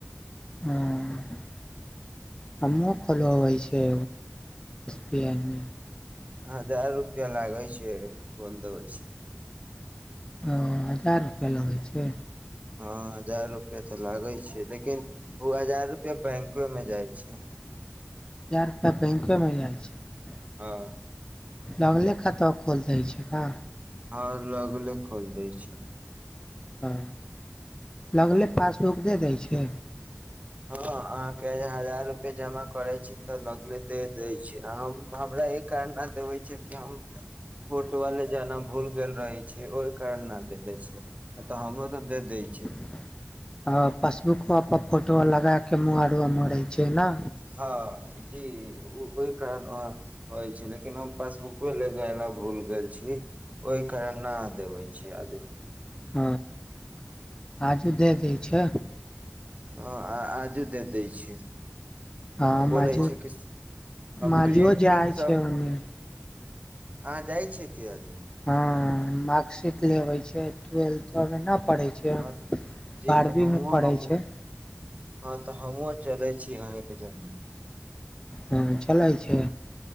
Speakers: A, on the left; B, on the right.
A: हँ अम्मो खोल होइ छै बी आई मे
B: ह हजार रुपआ लागै छै बोल दबै छै
A: ओ हजार रुपआ लगै छै
B: हँ हजार रुपआ तऽ लागै छै लेकिन ओ हजार रुपैआ बैंकोमे जाइत छै
A: अप बैंकोमे जाइ छी
B: हँ
A: लगले खाता खोल दै छि का
B: ह लगले खोल दै छै
A: हँ लगले पासबुक दे दै छै
B: हँ अहाँके हजार रूपआ जमा करै छी तऽ लगने दे दै छी आ हम एहि कान भर डेबे छै केहु फोटवाले जेाना भूल गेल रहै छै ओहि कारणना देले छै तऽ हमरो तऽ दे दै छै
A: <unintelligible> ह पासबुकोपर फोटो लगा कऽ महरआ मरै छै ने
B: हँ जी ओहि कारण हो छै लेकिन हम पासबुक लेग एला भूल गेल छी ओहि कारण न देबै छी आजू
A: ह आजू दे दै छै
B: ह आजु दे द छै
A: ह
B: बोलै
A: माजू
B: छै कि
A: माजुओ
B: प्रिंट
A: जाइ
B: प्रिंटसभ
A: छै ओन्ने
B: हँ जाइ छै कि हजु
A: हँ मार्कशीट लेबै छै ट्वेल्थ न पढ़ै छै
B: हँ जी
A: बारहवीमे
B: तऽ हमहुँ
A: पढ़ै
B: हम
A: छै
B: हँ तऽ हमहूँ चलै छी अहेके जल्दी
A: हँ चलै छै